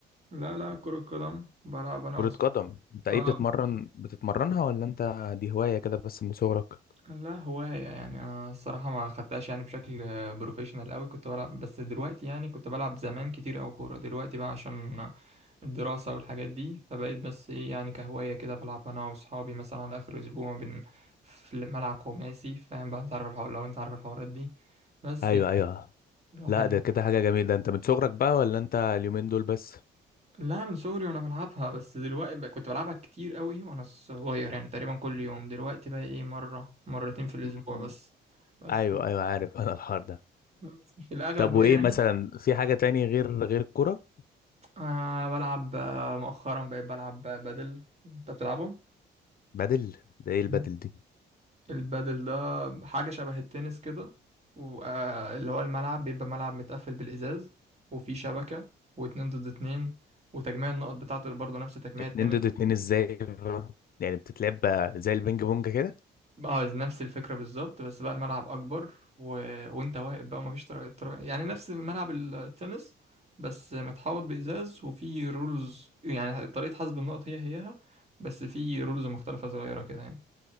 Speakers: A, on the right; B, on the left.
A: لا لا كره قدم بلعب انا
B: كره
A: وص...
B: قدم انت ايه
A: اه
B: بتتمرن بتتمرنها ولا انت دي هوايه كده بس من صغرك
A: لا هواية يعني أنا الصراحة ما خدتهاش يعني بشكل بروفيشنال قوي كنت بلعب بس دلوقتي يعني كنت بلعب زمان كتير أوي كورة دلوقتي بقى عشان الدراسة والحاجات دي فبقيت بس إيه يعني كهواية كده بلعب أنا وأصحابي مثلا على آخر أسبوع بن في ملعب خماسي فاهم بقى أنت عارف الحوار لو أنت عارف الحوارات دي بس
B: ايوه
A: يعني
B: ايوه
A: الواحد
B: لا ده كده حاجه جميله انت من صغرك بقى ولا انت اليومين دول بس
A: لا من صغري وأنا بلعبها بس دلوقتي بقى كنت بلعبها كتير أوي وأنا صغير يعني تقريبا كل يوم دلوقتي بقى إيه مرة مرتين في الأسبوع
B: <laughs>
A: بس بس
B: ايوه ايوه عارف انا الحوار ده
A: بس في الأغلب
B: طب وايه
A: بقى يعني
B: مثلا في حاجة تاني غير غير الكرة
A: آه بلعب آه، مؤخرا بقيت بلعب آه، بدل انت بتلعبه
B: بدل ده ايه البدل
A: مم.
B: دي
A: البادل ده حاجة شبه التنس كده واللي هو الملعب بيبقى ملعب متقفل بالإزاز وفيه شبكة واتنين ضد اتنين وتجميع النقط بتاعته برضه نفس تجميع
B: اتنين
A: التنس
B: ضد اتنين ازاي بقى؟ يعني بتتلعب زي البينج بونج كده
A: اه نفس الفكرة بالظبط بس بقى الملعب أكبر و... وانت واقف بقى ومفيش طرق طرق يعني نفس ملعب التنس بس متحوط بإزاز وفيه رولز يعني طريقة حسب النقط هي هيها بس في رولز مختلفة صغيرة كده يعني